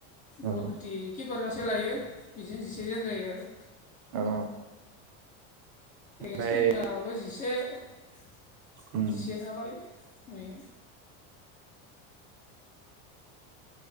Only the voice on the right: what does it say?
औ
औ औ ओमफ्राय
उम